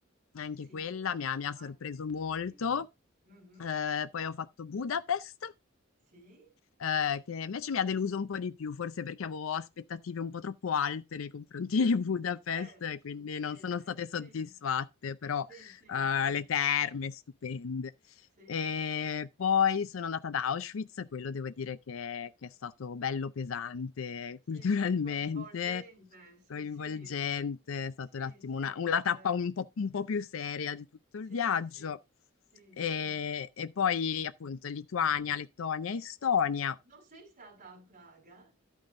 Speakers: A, on the left; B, on the right.
A: anche
B: Sì,
A: quella mi ha, mi ha
B: anche-
A: sorpreso molto.
B: sì, Mhm,
A: Eh, poi ho fatto Budapest
B: sì,
A: eh, che invece mi ha deluso un po' di più, forse perché avevo aspettative un po' troppo alte nei confronti
B: sì,
A: di Budapest,
B: eh,
A: e
B: succede,
A: quindi non sono state
B: sì,
A: soddisfatte, però
B: sì, sì,
A: eh,
B: sì,
A: le terme stupende.
B: sì,
A: E poi sono andata ad Auschwitz, quello devo dire che, che è stato bello pesante
B: sì,
A: <laughs> culturalmente,
B: coinvolgente, sì,
A: coinvolgente,
B: sì.
A: è stata
B: Sì,
A: un attimo
B: sì,
A: una, una
B: certo.
A: tappa un po', un po' più seria di tutto
B: Sì,
A: il viaggio.
B: sì, sì,
A: E,
B: sì.
A: e poi appunto Lituania, Lettonia, Estonia.
B: Non sei stata a Praga?